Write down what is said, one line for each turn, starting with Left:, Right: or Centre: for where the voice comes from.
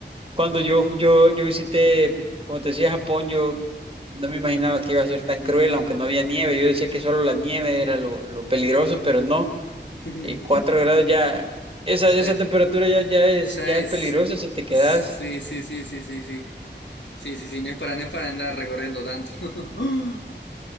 Right: cuando yo, yo, yo visité, como te decía, Japón, yo no me imaginaba que iba a ser tan cruel, aunque no había nieve. Yo decía que solo la nieve era lo, lo peligroso, pero no.
Left: <laughs>
Right: Eh, 4 grados ya, esa,
Left: Ser.
Right: esa temperatura ya, ya es,
Left: ¿Sabes?
Right: ya es peligrosa si te quedas.
Left: Sí, sí, sí, sí, sí, sí. Sí, sí, sí, no es para, no es para andar recorriendo tanto. <laughs>